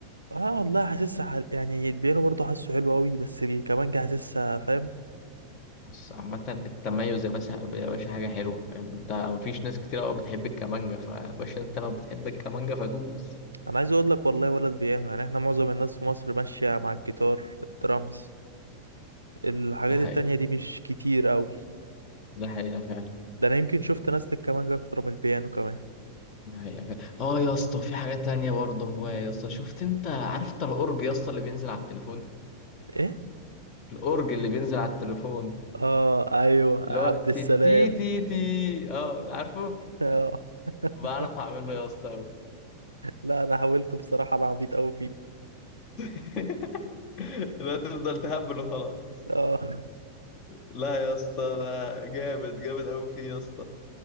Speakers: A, on the right; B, on the left.
A: اه والله حاسسها ح- يعني البيانو برضه حاسه حلو قوي بس الكمانجا حاسسها فاهم
B: بص عامة التميز يا باشا يا باشا حاجة حلوة فاهم انت مفيش ناس كتيرة قوي بتحب الكمانجا فباشا انت لو بتحب الكمانجا فدوس
A: انا عايز اقول لك والله ولا البيانو يعني احنا معظم الناس في مصر ماشيه مع الجيتار الدرامز الحاجات
B: ده حقيقة
A: التانية دي مش كتير قوي
B: ده حقيقة فعلا
A: ده انا يمكن شفت ناس الكمانجا اكتر من البيانو كمان
B: ده حقيقة فعلا. اه يا اسطى في حاجة تانية برضه هو يا اسطى شفت انت عارف انت الأورج يا اسطى اللي بينزل على التليفون
A: ايه
B: الأورج اللي بينزل على التليفون
A: اه ايوه
B: اللي
A: عبد
B: هو
A: السلام
B: تي تي تي تي اه عارفه
A: اه <laughs>
B: بعرف اعمله يا اسطى أوي.
A: لا انا حاولت بصراحه انا عبيط قوي فيه
B: <laughs> لا تفضل تهبل وخلاص
A: اه
B: لا يا اسطى ده جامد جامد قوي فيه يا اسطى